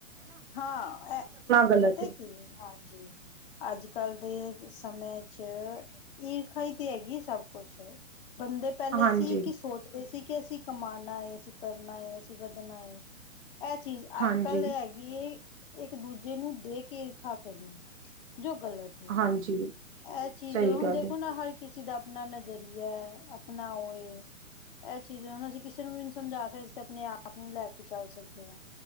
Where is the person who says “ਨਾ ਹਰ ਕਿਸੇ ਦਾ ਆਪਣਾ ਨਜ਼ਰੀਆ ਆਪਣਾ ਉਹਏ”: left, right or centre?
Left